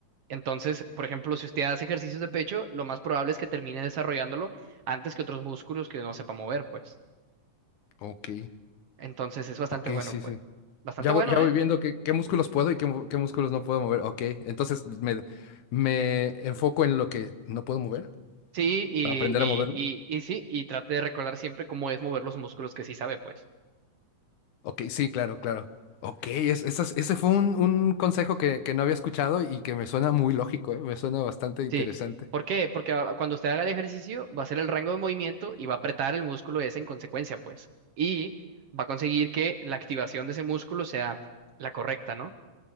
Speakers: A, on the right (about 55°); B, on the left (about 75°).
A: Entonces, por ejemplo, si usted hace ejercicios de pecho, lo más probable es que termine desarrollándolo antes que otros músculos que no sepa mover, pues.
B: Ok,
A: Entonces, es bastante
B: ok,
A: bueno,
B: sí,
A: pues.
B: sí.
A: Bastante
B: Ya
A: bueno,
B: voy, ya
A: ¿eh?
B: voy viendo qué, qué músculos puedo y qué, mu- qué músculos no puedo mover. Ok, entonces me, me enfoco en lo que no puedo mover
A: Sí, y,
B: para aprender a moverlo.
A: y, y, y sí, y trate de recordar siempre cómo es mover los músculos que sí sabe, pues.
B: Ok, sí, claro, claro. Ok, es, esas- ese fue un, un consejo que, que no había escuchado y que me suena muy lógico, ¿eh? Me suena bastante interesante.
A: Sí. ¿Por qué? Porque ahora cuando usted haga el ejercicio, va a hacer el rango de movimiento y va a apretar el músculo ese en consecuencia, pues. Y va a conseguir que la activación de ese músculo sea la correcta, ¿no?